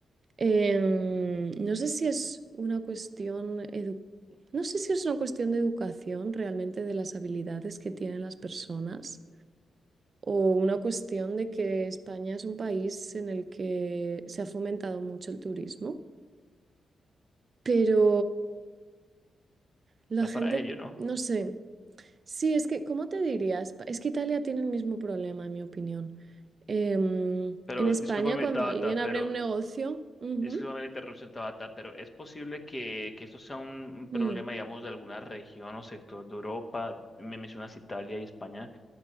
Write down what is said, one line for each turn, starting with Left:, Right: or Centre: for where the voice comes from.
Right: Em, no sé si es una cuestión edu- no sé si es una cuestión de educación realmente de las habilidades que tienen las personas. O una cuestión de que España es un país en el que se ha fomentado mucho el turismo. Pero la
Left: Da
Right: gente,
Left: para ello, ¿no?
Right: no sé. Sí, es que, ¿cómo te dirías? Es que Italia tiene el mismo problema, en mi opinión. Em,
Left: Pero
Right: en España,
Left: discúlpame,
Right: cuando
Left: tata.
Right: alguien
Left: pero
Right: abre un negocio, ujú,
Left: Disculpame la interrupción, Tabata, pero ¿es posible que, que esto sea un problema,
Right: mm,
Left: digamos, de alguna región o sector de Europa? Me mencionas Italia y España,